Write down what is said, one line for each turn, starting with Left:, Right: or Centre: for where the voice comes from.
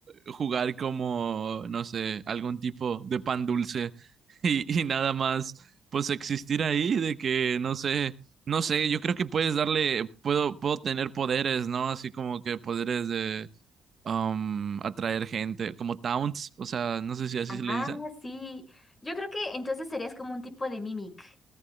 Right: jugar como, no sé, algún tipo de pan dulce <laughs> y, y nada más, pues existir ahí de que, no sé, no sé, yo creo que puedes darle, puedo, puedo tener poderes, ¿no? Así como que poderes de um, atraer gente, como towns, o sea, no sé si así se le
Left: Ah,
Right: dice.
Left: sí. Yo creo que entonces serías como un tipo de mimic,